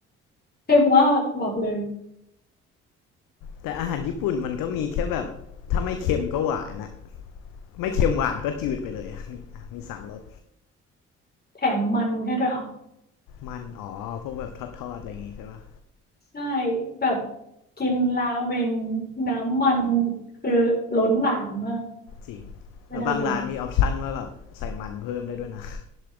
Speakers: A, on the left; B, on the left.
A: เค็มมากบอกเลย
B: แต่อาหารญี่ปุ่นมันก็มีแค่แบบถ้าไม่เค็มก็หวานอะไม่เค็มหวานก็จืดไปเลยอะ <laughs> มีอ่ะมีสามรส
A: แถมมันให้ด้วยอ่ะ
B: มันอ๋อ พวกแบบทอดๆอะไรอย่างงี้ใช่ปะ
A: ใช่แบบกินราเมงน้ำมันคือล้นหลามมาก
B: จริง
A: ไม่ได้เลย
B: แล้วบางร้านมีออปชันว่าแบบใส่มันเพิ่มได้ด้วยนะ